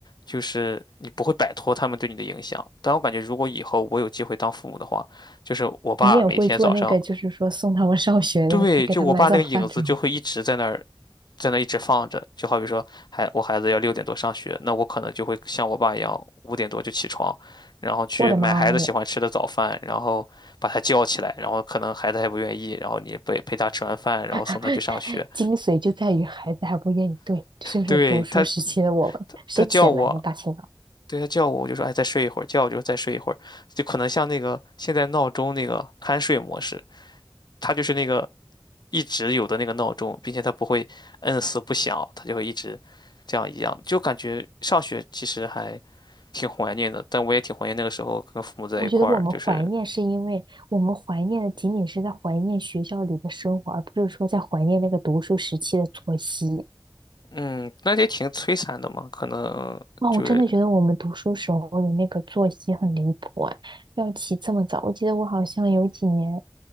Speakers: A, on the left (about 65°); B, on the right (about 75°).
A: 就是你不会摆脱他们对你的影响。但我感觉如果以后我有机会当父母的话，就是我爸每天早上，
B: 你也会做那个，就是说送他们上学的，
A: 对，
B: 给给他买早饭这种。
A: 就我爸那个影子就会一直在那儿。在那一直放着，就好比说，孩我孩子要六点多上学，那我可能就会像我爸一样，五点多就起床，然后去买孩子喜欢吃的早饭，
B: 我的妈呀，
A: 然后把他叫起来，然后可能孩子还不愿意，然后你陪陪他吃完饭，然后送他去上学。
B: <laughs> 太精髓就在于孩子还不愿意对，这就是读书时期的我们，
A: 对，他，他他叫我，
B: 谁起得来呢？大清早，
A: 对他叫我，我就说哎再睡一会儿，叫我就说再睡一会儿，就可能像那个现在闹钟那个酣睡模式，他就是那个一直有的那个闹钟，并且它不会摁死不响，它就会一直这样一样，就感觉上学其实还挺怀念的，但我也挺怀念那个时候跟父母在一块儿，
B: 我觉得我们怀念是因为我们怀念的仅仅是在怀念学校里的生活，
A: 就是
B: 而不是说在怀念那个读书时期的作息。
A: 嗯，那也挺摧残的嘛，可能就是
B: 哇，我真的觉得我们读书时候的那个作息很离谱哎，要起这么早。我记得我好像有几年，